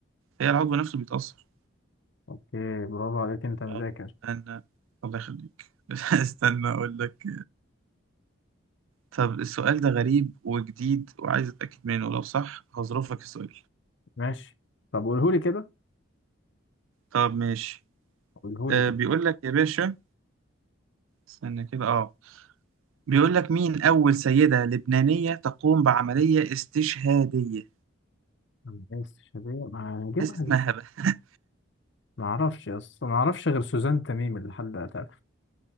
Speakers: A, on the right; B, on the left.
A: هي العضو نفسه بيتأثر
B: اوكي برافو عليك انت مذاكر
A: آه، أنا الله يخليك <laughs> استنى أقول لك طب السؤال ده غريب وجديد وعايز أتأكد منه لو صح هظرفك السؤال
B: ماشي طب قولهولي كده
A: طب ماشي
B: قولهولي
A: آه،
B: كده
A: بيقول لك يا باشا استنى كده أه بيقول لك مين أول سيدة لبنانية تقوم بعملية استشهادية
B: الناس شبيه ما هنجيبها
A: ناس اسمها
B: لسه
A: بقى <laughs>
B: ما اعرفش اصلا ما اعرفش غير سوزان تميم اللي حد قتلها